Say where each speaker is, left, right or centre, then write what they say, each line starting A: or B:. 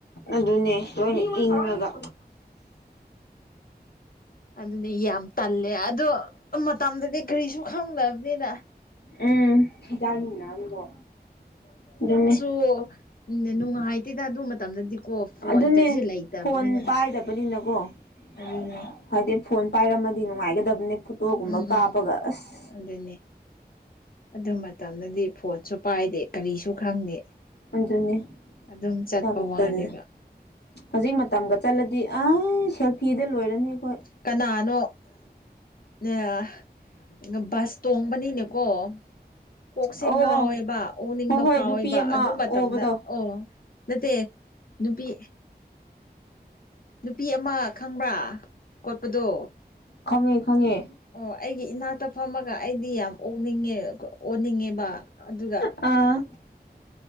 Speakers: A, on the left (about 80°); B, on the left (about 60°).
A: ꯑꯗꯨꯅꯦ ꯂꯣꯏꯅ ꯏꯪꯉꯒ
B: ꯑꯗꯨꯅꯦ ꯌꯥꯝ ꯇꯜꯂꯦ ꯑꯗꯣ ꯃꯇꯝꯗꯗꯤ ꯀꯔꯤꯁꯨ ꯈꯪꯗꯕꯅꯤꯅ
A: ꯎꯝ <unintelligible> ꯑꯗꯨꯅꯤ
B: ꯑꯣ ꯅꯨꯡꯉꯥꯏꯇꯦꯗ ꯑꯗꯨ ꯃꯇꯝꯗꯗꯤꯀꯣ ꯐꯣꯟꯒꯖꯦ
A: ꯑꯗꯨꯅꯦ
B: ꯂꯩꯇꯕꯅꯤꯅ
A: ꯐꯣꯟ <unintelligible>
B: ꯑꯗꯨꯅꯦ
A: ꯍꯥꯏꯗꯤ ꯐꯣꯟ ꯄꯥꯏꯔꯝꯃꯗꯤ ꯅꯨꯡꯉꯥꯏꯒꯗꯕꯅꯦ ꯐꯣꯇꯣꯒꯨꯝꯕ
B: <unintelligible>
A: ꯀꯥꯞꯄꯒ ꯑꯁ
B: ꯑꯗꯨꯅꯤ ꯑꯗꯨ ꯃꯇꯝꯗꯗꯤ ꯐꯣꯟꯁꯨ ꯄꯥꯏꯗꯦ ꯀꯔꯤꯁꯨ ꯈꯪꯗꯦ
A: ꯑꯗꯨꯅꯤ
B: ꯑꯗꯨꯝ ꯆꯠꯄ
A: ꯌꯥꯝ
B: ꯋꯥꯅꯦꯕ
A: ꯇꯜꯂꯦ ꯍꯧꯖꯤꯛ ꯃꯇꯝꯒ ꯆꯠꯂꯗꯤ ꯑꯩ ꯁꯦꯜꯐꯤꯗ ꯂꯣꯏꯔꯅꯤ ꯑꯩꯈꯣꯏ
B: ꯀꯅꯥꯅꯣ ꯅꯥꯍ__ ꯉ ꯕꯁ ꯇꯣꯡꯕꯅꯤꯅꯦꯀꯣ ꯀꯣꯛꯁꯦ
A: ꯑꯣ
B: ꯉꯥꯎꯋꯦꯕ
A: ꯑꯣ
B: ꯑꯣꯅꯤꯡꯕ
A: ꯍꯣꯏ ꯍꯣꯏ
B: ꯐꯥꯎꯋꯦꯕ
A: ꯅꯨꯄꯤ ꯑꯃ
B: ꯑꯗꯨ ꯃꯇꯝꯗ
A: ꯑꯣꯕꯗꯣ
B: ꯑꯣ ꯅꯠꯇꯦ ꯅꯨꯄꯤ ꯅꯨꯄꯤ ꯑꯃ ꯈꯪꯕ꯭ꯔꯥ ꯀꯣꯠꯄꯗꯣ
A: ꯈꯪꯉꯦ ꯈꯪꯉꯦ
B: ꯑꯣ ꯑꯩꯒꯤ ꯏꯅꯥꯛꯇ ꯐꯝꯃꯒ ꯑꯩꯗꯤ ꯌꯥꯝ ꯑꯣꯛꯅꯤꯡꯉꯦ ꯑꯣꯅꯤꯡꯉꯦꯕ ꯑꯗꯨꯒ
A: ꯑꯥ